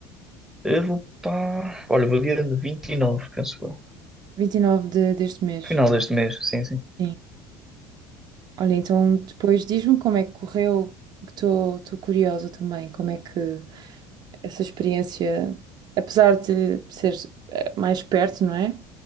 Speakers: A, in the centre; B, on the right.
A: eu vou para. Olha, vou dia de vinte e nove penso eu.
B: vinte e nove de, deste mês.
A: Final deste mês, sim, sim.
B: Sim. Olha, então depois diz-me como é que correu, que estou estou curiosa também, como é que essa experiência, apesar de ser eh, mais perto, não é?